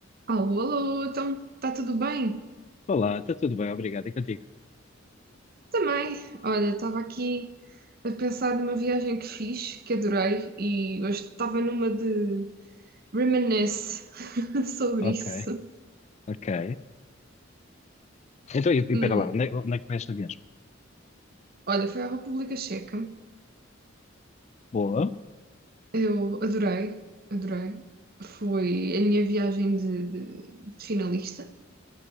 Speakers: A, on the right; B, on the left.
A: Alô, alô, então está tudo bem?
B: Olá, está tudo bem, obrigado. E contigo?
A: Também. Olha, estava aqui a pensar numa viagem que fiz, que adorei, e hoje estava numa de reminisce <laughs> sobre
B: Ok,
A: isso.
B: ok. Então, e,
A: Hum,
B: e pera lá, onde é, onde é que foi esta viagem?
A: olha, foi à República Checa.
B: Boa.
A: Eu adorei, adorei. Foi a minha viagem de, de- de finalista,